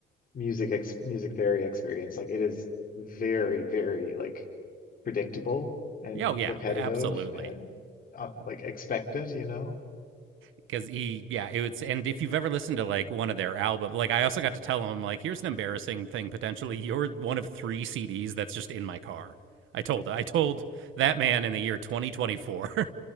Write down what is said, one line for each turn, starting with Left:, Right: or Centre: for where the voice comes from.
Left: music ex music theory experience, like it is very, very like predictable and
Right: yeah, oh, yeah,
Left: repetitive
Right: absolutely.
Left: and uh, like expected, you know?
Right: because he yeah it was and if you've ever listened to like one of their albums, like i also got to tell him like here's an embarrassing thing potentially you're one of three cds that's just in my car i told i told that man in the year 2024